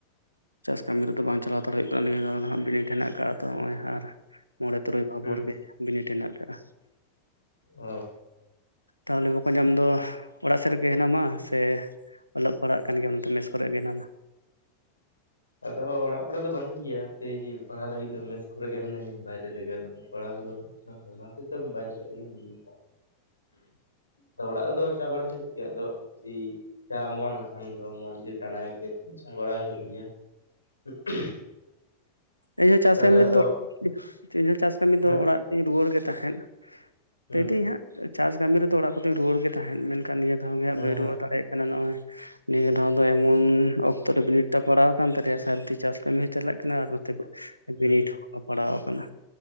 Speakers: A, on the right; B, on the left.
A: ᱪᱟᱥ ᱠᱟᱹᱢᱤ ᱨᱮᱫᱚ ᱵᱟᱝ ᱪᱟᱞᱟᱣ ᱦᱟᱛᱟᱲ ᱦᱩᱭᱩᱜ ᱠᱟᱱᱟ ᱱᱤᱭᱟᱹ ᱫᱷᱟᱣ ᱫᱚ ᱦᱟᱸᱜ ᱵᱤᱱᱤᱰ ᱦᱮᱱᱟᱜ ᱠᱟᱜᱼᱟ ᱛᱚ ᱦᱚᱸᱜᱼᱚᱭ ᱟᱨ ᱢᱚᱬᱮ ᱛᱩᱨᱩᱭ ᱢᱟᱦᱟ
B: ᱦᱩᱸ
A: ᱯᱚᱨ ᱜᱮ ᱵᱤᱱᱤᱰ ᱦᱮᱱᱟᱜ ᱠᱟᱜ-ᱟ᱾
B: ᱚ᱾
A: ᱛᱟᱦᱚᱞᱮ ᱵᱚᱠᱚᱧ ᱟᱢ ᱫᱚ ᱚᱲᱟᱜ ᱥᱮᱫ ᱨᱮᱜᱮ ᱦᱮᱱᱟᱢᱟ, ᱥᱮ ᱚᱞᱚᱜ ᱯᱟᱲᱦᱟᱜ ᱠᱟᱱ ᱜᱮᱭᱟᱢ ᱱᱚᱛᱮ ᱢᱮᱥ ᱠᱚᱨᱮᱜ ᱜᱮ ᱦᱮᱱᱟᱢᱟ?
B: ᱟᱫᱚ ᱚᱲᱟᱜ ᱠᱚᱲᱮ ᱫᱚ ᱵᱟᱱᱩᱧ ᱜᱮᱭᱟ ᱥᱮᱭ ᱯᱟᱲᱦᱟᱜ ᱞᱟᱜᱤᱫ ᱫᱚ ᱢᱮᱥ ᱠᱚᱨᱮ ᱜᱮ ᱢᱤᱱᱟᱹᱧᱟ ᱵᱟᱭᱨᱮ ᱨᱮᱜᱮ ᱟᱫᱚ ᱯᱟᱲᱦᱟᱣ ᱠᱚᱫᱚ ᱚᱱᱟ ᱦᱚᱛᱮᱡ ᱛᱮ ᱵᱟᱭᱨᱮ ᱥᱮᱫᱜᱮ ᱢᱤᱱᱟᱹᱧᱟ᱾ ᱟᱫᱚ ᱚᱲᱟᱜ ᱨᱮᱫᱚ ᱪᱟ ᱵᱟᱲᱟ ᱦᱩᱭᱩᱜ ᱜᱮᱭᱟ ᱟᱫᱚ ᱡᱩᱫᱤ ᱪᱟ ᱢᱚᱱ ᱱᱟᱠᱷᱟᱱ ᱫᱚ ᱢᱚᱱ ᱡᱩᱫᱤ ᱴᱟᱱᱟᱭ ᱜᱮᱭᱟ ᱛᱚ ᱪᱟ ᱵᱟᱲᱟ ᱜᱮ ᱦᱩᱭᱩᱜ ᱜᱮᱭᱟ᱾ <unintelligible>
A: ᱤᱧᱦᱚᱸ ᱪᱟᱥ
B: ᱛᱟᱦᱞᱮ
A: ᱠᱟᱹᱢᱤ
B: ᱟᱫᱚ
A: ᱨᱮᱫᱚ ᱪᱤᱧ ᱦᱚᱸ ᱪᱟᱥ ᱠᱟᱹᱢᱤ
B: ᱦᱮᱸ
A: ᱫᱚ ᱚᱲᱟᱜ ᱛᱤᱧ ᱨᱩᱣᱟᱹᱲ ᱜᱮ ᱛᱟᱦᱮᱸᱫ,
B: ᱦᱩᱸ
A: ᱛᱟᱹᱭ ᱫᱤᱧ ᱦᱟᱸᱜ ᱪᱟᱥ ᱠᱟᱹᱢᱤ ᱨᱮᱫᱚ ᱚᱲᱟᱜ ᱠᱚᱫᱩᱧ ᱨᱩᱭᱟᱹᱲ ᱜᱮ ᱛᱟᱦᱮᱸᱫ ᱢᱮᱱᱠᱷᱟᱱ ᱱᱤᱭᱟᱹ ᱫᱷᱟᱣ ᱜᱮ ᱦᱟᱸᱜ
B: ᱦᱮᱸ
A: ᱵᱟᱹᱧ
B: ᱦᱮᱸ
A: ᱨᱩᱣᱟᱹᱲ ᱫᱟᱲᱮ ᱠᱟᱱᱟ ᱱᱚᱜᱼᱚᱭ, ᱱᱤᱭᱟᱹ ᱫᱷᱟᱣ ᱫᱚ ᱮᱢᱚᱱ ᱚᱠᱛᱚ ᱨᱮ ᱵᱤᱱᱤᱰ ᱴᱟ ᱯᱟᱲᱟᱣ ᱟᱠᱟᱱ ᱛᱟᱞᱮᱭᱟ ᱥᱟᱹᱨᱫᱤ ᱪᱟᱥ ᱠᱟᱹᱢᱤ ᱦᱚᱸ ᱪᱟᱞᱟᱜ ᱠᱟᱱᱟ ᱟᱨᱚ ᱛᱮ
B: ᱦᱩᱸ
A: ᱵᱤᱱᱤᱰ ᱦᱚᱸ ᱯᱟᱲᱟᱣ ᱟᱠᱟᱱᱟ